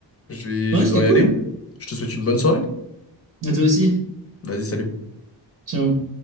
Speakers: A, on the left; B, on the right.
A: Je vais,
B: Ouais,
A: je vais
B: c'était
A: devoir y
B: cool.
A: aller. Je te souhaite une bonne soirée.
B: À toi aussi.
A: Vas-y, salut.
B: Ciao.